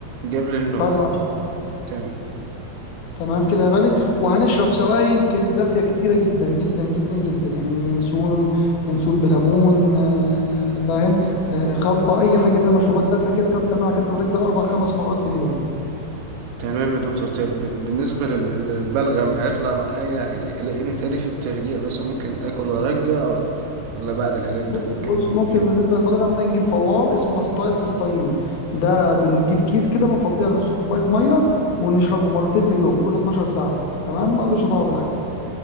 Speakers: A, on the right; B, on the left.
A: قبل النوم
B: بعد العشاء
A: تمام
B: تمام كده يا غالي وهنشرب سوائل ك- دافية كتيرة جدا جدا جدا جدا يعني ينسون ينسون بليمون آه، فاهم آه، خلطة أي حاجة فيها مشروبات دافية كده تكتر منها قد ما تقدر أربع خمس مرات في اليوم
A: تمام يا دكتور طيب ب- بالنسبة لل- للبلغم هيطلع معايا هيلاقيني تاني في الترجيع مثلا ممكن آكل وأرجع ولا ولا بعد العلاج ده
B: بص
A: ممكن
B: بص ممكن
A: كده
B: بالنسبه للبلغم ده نجيب فوار اسمه اسيتايل سيستاين ده بنجيب كيس كده بنفضيه على نص كوبايه ميه ونشربه مرتين في اليوم كل 12 ساعه تمام ملوش دعوه بالاكل